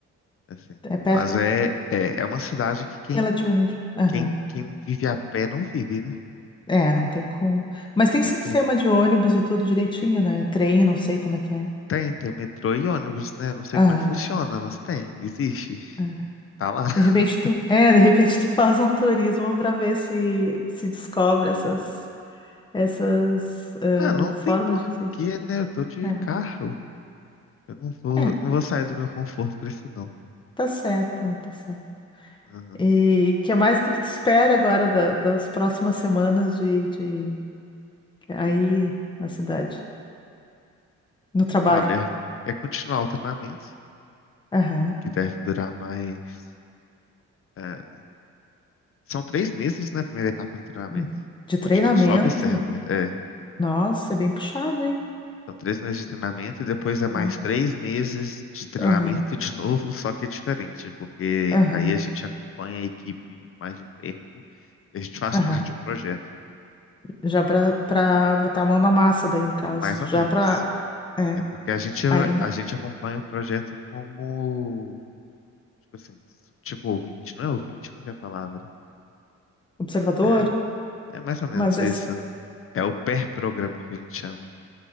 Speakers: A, on the left (about 45°); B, on the left (about 15°).
A: assim.
B: É perto?
A: Mas é, é, é uma cidade que quem,
B: Relativamente. Aham.
A: quem, quem vive a pé não vive, né?
B: É, não tem como. Mas tem
A: Não
B: sistema
A: tem.
B: de ônibus e tudo direitinho, né? Trem, não sei como é que é.
A: Tem, tem metrô e ônibus, né? Não sei
B: Aham.
A: como é que funciona, mas tem, existe.
B: é.
A: Tá lá. <laughs>
B: De repente tu, é, de repente tu faz um turismo para ver se se descobre essas essas eh,
A: Ah, não
B: formas
A: tem porquê,
B: de se.
A: né? Eu tô de
B: Aham.
A: carro. Eu não vou,
B: É,
A: não vou sair do meu conforto pra isso, não.
B: tá certo, tá certo.
A: Aham.
B: E que mais, o que que tu espera agora da- das próximas semanas de, de aí na cidade, no trabalho?
A: Olha, é continuar o treinamento,
B: Aham.
A: que deve durar mais. eh, são três meses, né? a Primeira etapa do treinamento,
B: Hum. De treinamento?
A: onde a gente só observa. eh,
B: Nossa, é bem puxado, hein?
A: São três meses de treinamento e depois é mais
B: Ó.
A: três meses de treinamento
B: Aham,
A: de novo, só que é diferente, porque
B: aham,
A: aí a gente acompanha a equipe mais de perto e a gente faz
B: aham.
A: parte de um projeto,
B: Já para para botar a mão na massa daí, no caso.
A: mais ou
B: Já
A: menos.
B: para, é,
A: É porque a gente,
B: ainda,
A: a gente acompanha o projeto como, tipo assim, tipo ouvinte, não é ouvinte, como é que é a palavra?
B: observador.
A: É, é mais ou menos
B: Mas é,
A: isso. É o pair programmer que a gente chama.